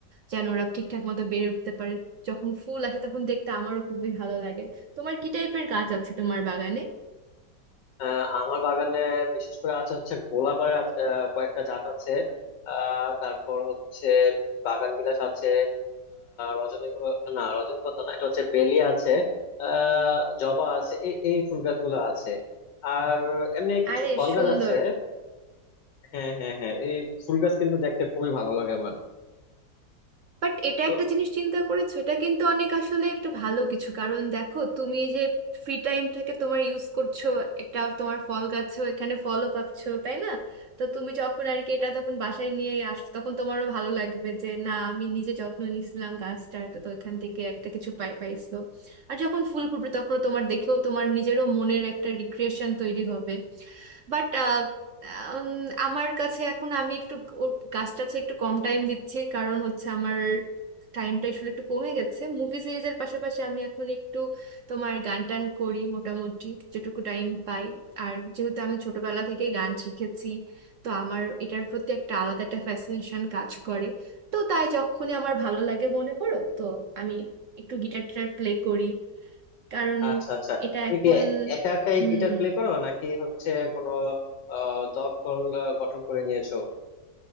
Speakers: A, on the right (about 65°); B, on the left (about 85°).
A: যেন ওরা ঠিকঠাক মতো বেড়ে উঠতে পারে যখন ফুল আসে তখন দেখতে আমারও খুবই ভালো লাগে তোমার কি টাইপের গাছ আছে তোমার বাগানে
B: আহ, আমার বাগানে বিশেষ করে আছে হচ্ছে গোলাপের আছ- আহ, কয়েকটা জাত আছে আহ, তারপর হচ্ছে বাগান বিলাস আছে রজনীগন্ধা না রজনীগন্ধা না এটা হচ্ছে বেলি আছে আহ, জবা আছে এই এই ফুল গাছগুলো আছে আর এমনি কিছু
A: আরে
B: ফল
A: সুন্দর
B: গাছ আছে হ্যাঁ হ্যাঁ হ্যাঁ এই ফুল গাছ কিন্তু দেখতে খুবই ভালো লাগে আমার
A: বাট এটা
B: তো
A: একটা জিনিস চিন্তা করেছো এটা কিন্তু অনেক আসলে একটু ভালো কিছু কারণ দেখো তুমি এই যে ফ্রি টাইমটাকে তোমার ইউজ করছো একটা তোমার ফল গাছও এখানে ফলও পাচ্ছো তাই না তো তুমি যখন আর কি এটা তখন বাসায় নিয়ে আসছো তখন তোমারও ভালো লাগবে যে না আমি নিজে যত্ন নিছিলাম গাছটার তো তো এখান থেকে একটা কিছু পাই পাইছো আর যখন ফুল ফুটবে তখন তোমার দেখেও তোমার নিজেরও মনের একটা রিক্রিয়েশন তৈরি হবে বাট আম, আমার কাছে এখন আমি একটু ওর গাছ টাছে একটু কম টাইম দিচ্ছি কারণ হচ্ছে আমার টাইমটা আসলে একটু কমে গেছে মুভি সিরিজের পাশাপাশি আমি এখন একটু তোমার গান টান করি মোটামুটি যেটুকু টাইম পাই আর যেহেতু আমি ছোটবেলা থেকে গান শিখেছি তো আমার এটার প্রতি একটা আলাদা একটা ফ্যাসিনেশন কাজ করে তো তাই যখনই আমার ভালো লাগে মনে করো তো আমি একটু গিটার টিটার প্লে করি কারণ
B: আচ্ছা আচ্ছা
A: এটা
B: তুমি
A: এখন
B: কি একা একাই
A: হুম
B: গিটার প্লে করো নাকি হচ্ছে কোনো আহ দল টল আহ, গঠন করে নিয়েছো